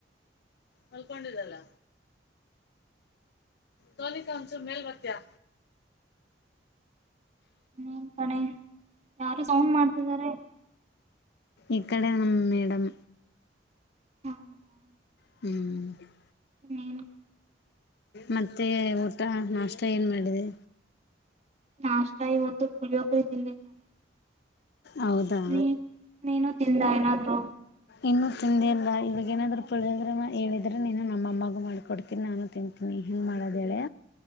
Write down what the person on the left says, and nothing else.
ಮಲ್ಕೊಂಡಿದ್ದಾಳ ಸೋನಿಕಾ ಒಂಚೂರು ಮೇಲ್ ಬರ್ತಿಯಾ.
ಇಕಡೆ ನಮ್ಮ ಮೇಡಮ್.
ಹ್ಮ್
ಮತ್ತೆ ಊಟ ನಾಷ್ಟ ಏನ್ ಮಾಡಿದೆ.
ಹೌದಾ.
ಇನ್ನು ತಿಂದಿಲ್ಲ ಇವಾಗ ಏನಾದ್ರರು ಪುಳಿಯೋಗರೆ ಹೇಳಿದ್ರೆ ಇನ್ನು ನಮ್ಮ ಅಮ್ಮಗೂ ಮಾಡಿಕೊಡ್ತೀನಿ ನಾನು ತಿಂತಿ ನೀ ಹೆಂಗ್ ಮಾಡೋದ್ ಹೇಳೇ.